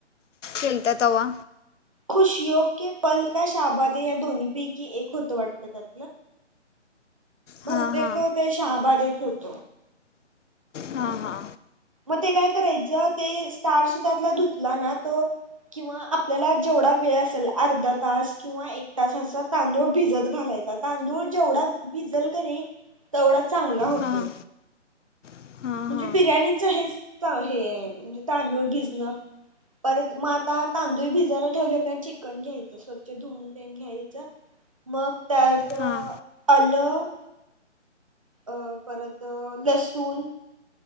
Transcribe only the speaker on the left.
गेलता तवा.
हां
हां
हा हा!
हां हां
हां
हां